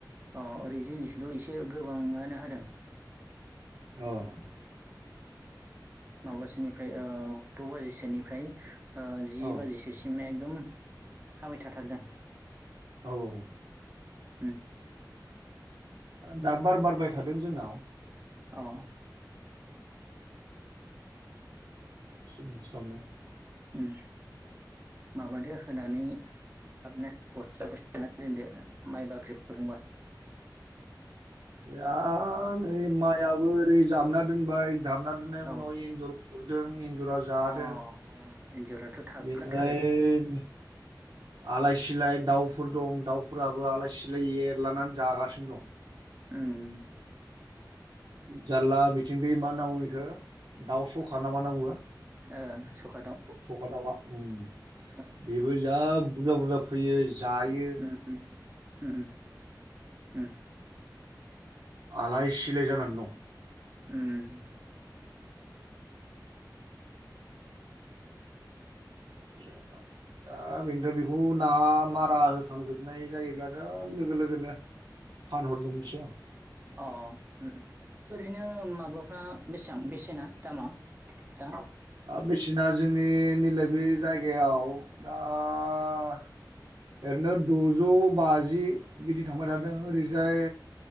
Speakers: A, on the right; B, on the right.
A: अ ओरै जिनिसथ एसे गोबाङानो होदों
B: अह
A: माबासोनिफ्राय ओ द' बाजिसोनिफ्राय जि
B: औ
A: बाजिसोसिम एक एकदम हाबाय थाथारदों।
B: औ औ।
A: उम।
B: दा बार- बारबाय थादों जोंनाव।
A: अ' ओ
B: <unintelligible> स्रांनो
A: उम माबादो होनानै थाबनो बस्था- बस्था दोनदो माइबा <unintelligible>
B: या नै माइयाबो ओरै जाबना दोनबाय जाबना दोननायनि
A: औ
B: उनाव एन्जर खु रदों एन्जरा जादों
A: अ अ एन्जराथ' थाखाथारो
B: बेनिफ्राय आलाय सिलाय दाउफोर दं दाउफोराबो आलाय- सिलाय एरलानानै जागासिनो दं।
A: उम।
B: जारला बिथिं बे मा नाव बेखौ दाउ सखा ना मा बुङो
A: ओ सखादाव
B: सखा दाउआ ओम
A: अ
B: बेबो जा बुरजा बुरजा फैयो। जायो
A: उम हु हु उम
B: आलाय सिलाय जानानै दं।
A: ओम
B: <unintelligible> दा बेनोथ' बेखौ ना मारा होखांजोबनाय जायोब्लाथ' लोगो- लोगोनो फान हर जोबनोसै आं।
A: अ ओम ओरैनो माबाफ्रा बेसेबां बेसेना दामा दा?
B: दा बेसेना जोंनि नैलाय बे जायगायाव दा ओरैनो दजौ बाजि बिदि थांबाय थादों ओरैजाय